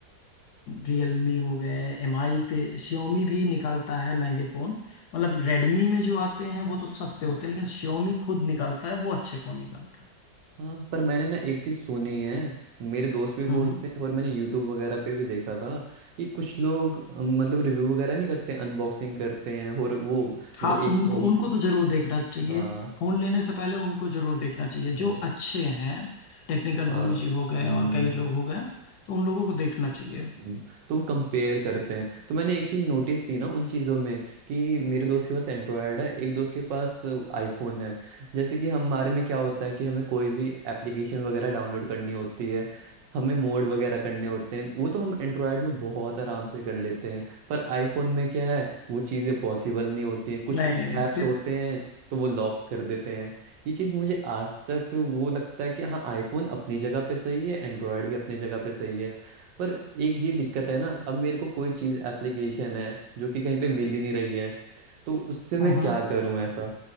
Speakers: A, on the left; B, on the right.
A: रियलमी हो गए एम आई पे Xiaomi भी निकालता है महंगे फोन मतलब रेडमी में जो आते हैं वो तो सस्ते होते हैं लेकिन Xiaomi खुद निकालता है वो अच्छे फोन निकालता है
B: हाँ पर मैंने ना एक चीज़ सुनी है मेरे दोस्त भी बोलते
A: हम्म हम्म।
B: हैं और मैंने यूट्यूब वगैरह पे भी देखा था कि कुछ लोग अम, मतलब रिव्यू वगैरह नहीं करते अनबॉक्सिंग करते हैं और वो
A: हाँ
B: मतलब एक
A: उनको
B: फ़ोन
A: उनको तो जरूर देखना चाहिए
B: हाँ
A: फोन लेने से पहले उनको जरूर देखना चाहिए
B: हाँ
A: जो अच्छे हैं टेक्निकल
B: हाँ हाँ,
A: गुरुजी हो गए
B: हम्म,
A: और कई लोग हो गए तो उन लोगों को देखना चाहिए
B: हम्म, तो वो कंपेयर करते हैं तो मैंने एक चीज़ नोटिस की ना उन चीज़ों में कि मेरे दोस्त के पास एंड्रॉयड है एक दोस्त के पास आईफोन है जैसे कि हमारे में क्या होता है कि हमें कोई भी एप्लीकेशन वगैरह डाउनलोड करनी होती है हमें मोड वगैरह करने होते हैं वो तो हम एंड्रॉयड में बहुत आराम से कर लेते हैं पर आईफोन में क्या है वो चीज़ें पॉसिबल नहीं होती हैं कुछ
A: नहीं
B: कुछ
A: नहीं
B: ऐप्स
A: नहीं नहीं, फिर
B: होते हैं तो वो लॉक कर देते हैं ये चीज़ मुझे आज तक वो लगता है कि हाँ आईफोन अपनी जगह पे सही है एंड्रॉयड भी अपनी जगह पे सही है पर एक ये दिक्कत है ना अब मेरे को कोई चीज एप्लीकेशन है जो कि कहीं पे मिल ही नहीं रही है तो उससे मैं
A: हम्म
B: क्या
A: हम्म,
B: करूं ऐसा